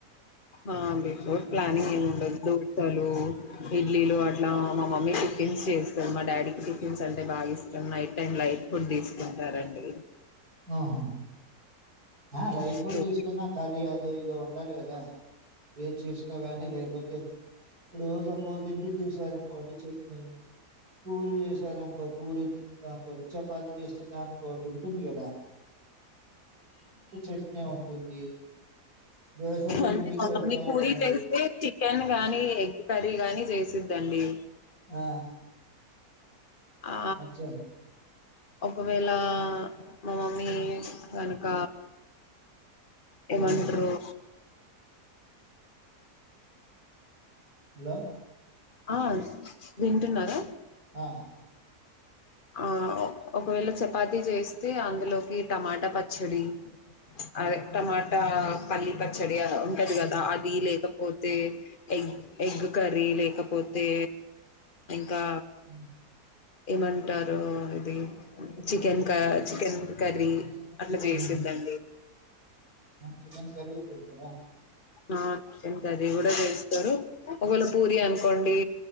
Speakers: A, on the left; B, on the right.
A: ఆ బిఫోర్ ప్లనింగ్ ఏ ఉండ అసలు ఇడ్లీలు అట్లా మా మమ్మీ టిఫిన్స్ చేస్తారు మా డాడీకి టిఫిన్స్ అంటే బాగా ఇష్టం నైట్ టైమ్ లైట్ ఫుడ్ తీసుకుంటారండి
B: ఆహా ఆ లైట్
A: సో
B: ఫుడ్ తీసుకున్న కర్రీ అద ఇద ఉండాలి కదా ఏది చేసిన కానీ లేకపోతే ఇప్పుడు సపోజ్ ఇడ్లీ చేశారు అనుకో గడి చట్నీ పూరి చేసార అనుకో పూరి దాని ద చపాతి చేస్తే దానికికో ఒకటి ఉంటుంది కదా చట్నీ ఉంటుంది. దోసలకి,
A: అంటే
B: ఇడ్లీకి
A: మా మమ్మీ
B: ఓకే అనుకోండి.
A: పూరీ చేస్తే చికెన్ గానీ ఎగ్ కర్రీ గానీ చేసిద్దండి
B: ఆ
A: ఆ
B: అచ్చా!
A: ఒకవేళ మా మమ్మీ కనుక ఏమంటరు
B: ఆ! ఎలా
A: ఆ వింటున్నారా
B: ఆ!
A: ఆ ఒకవేళ చపాతి చేస్తే అందులోకి టమాటా పచ్చడి అదే టమాటా పల్లీ పచ్చడి ఉంటది కదా అది లేకపోతే ఎగ్ ఎగ్ కర్రీ లేకపోతే కా
B: హ్మ్.
A: ఇ టారు ఇది చికెన్ క చికెన్ కర్రీ అట్లా చేసిందండి
B: హ్మ్. చికెన్ కర్రీ కూడా చేస్తారా
A: ఆ చికెన్ కర్రీ కూడా చేస్తారు ఒకవేళ పూరి అనుకోండి